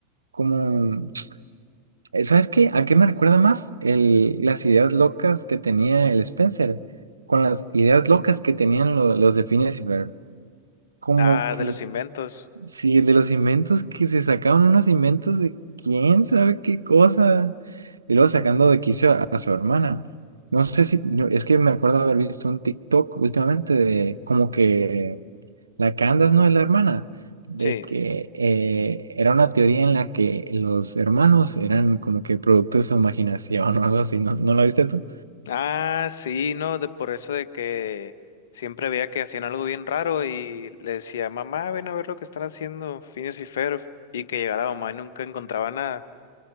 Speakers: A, on the right; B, on the left.
A: Como, eh, ¿sabes qué? ¿A qué me recuerda más? El, las ideas locas que tenía el Spencer, con las ideas locas que tenían lo- los de Phineas y Ferb. Como
B: Ah,
A: que
B: de los inventos.
A: Sí, el de los inventos que se sacaron unos inventos de quién sabe qué cosa. Y luego sacando de quicio a, a su hermana. No sé si, yo- es que me acuerdo haber visto un TikTok últimamente de como que la Candace no es la hermana, de
B: Sí.
A: que eh, era una teoría en la que los hermanos eran como que producto de su imaginación <laughs> o algo así. ¿No, no la viste tú?
B: Ah, sí, no, de por eso de que siempre veía que hacían algo bien raro y le decía, mamá, ven a ver lo que están haciendo, Phineas y Ferb, y que llegaba la mamá y nunca encontraba nada.